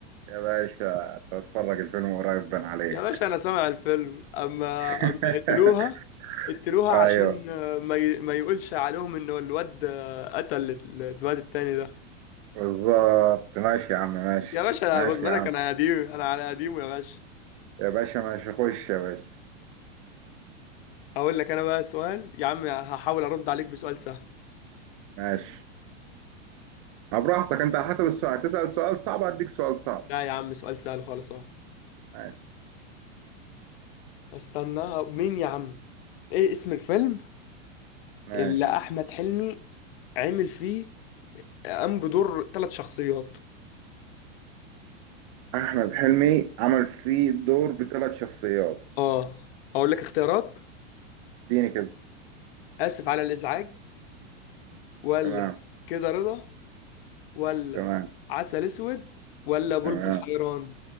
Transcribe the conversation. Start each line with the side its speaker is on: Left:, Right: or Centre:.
Right: يا باشا تتفرج الفيلم قريب بان عليك
Left: يا باشا انا سامع الفيلم اما
Right: <laughs>
Left: اما قتلوها قتلوها عشان
Right: أيوه
Left: آه، ما ي... ما يقولش عليهم ان الواد آه، قتل ال- الواد التاني ده
Right: بالظبط ماشي يا عم ماشي
Left: يا باشا لا،
Right: ماشي
Left: خد بالك
Right: يا عم
Left: انا قديم انا على قديمه يا باشا
Right: يا باشا ماشي خش يا باشا
Left: هقول لك انا بقى سؤال يا عم هحاول ارد عليك بسؤال سهل
Right: ماشي ما براحتك انت على حسب السؤال تسأل سؤال صعب اديك سؤال صعب
Left: لا يا عم سؤال سهل خالص اهو
Right: ماشي
Left: استنى مين يا عم ايه اسم الفيلم
Right: ماشي
Left: اللي احمد حلمي عامل فيه قام بدور ثلاث شخصيات
Right: احمد حلمي عمل فيه دور بثلاث شخصيات
Left: اه اقول لك اختيارات
Right: اديني كده
Left: اسف على الازعاج ولا
Right: تمام
Left: كده رضا ولا
Right: تمام
Left: عسل اسود ولا بلبل
Right: تمام
Left: حيران